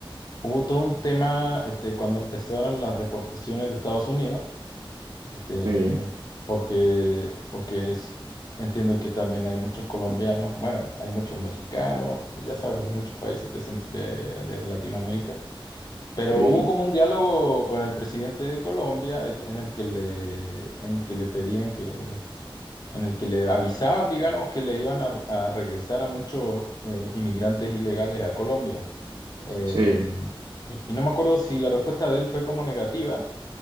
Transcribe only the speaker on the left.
hubo todo un tema este, cuando empezaron las deportaciones de Estados Unidos. Este,
porque, porque es, entiendo que también hay muchos colombianos, bueno, hay muchos mexicanos, ya sabes, de muchos países de, cen- de- de Latinoamérica. Pero
hubo como un diálogo con el presidente de Colombia este, en el que le, en el que le pedían que, en el que le avisaban, digamos, que le iban a, a regresar a muchos eh, inmigrantes ilegales a Colombia. Em,
y, y no me acuerdo si la respuesta de él fue como negativa.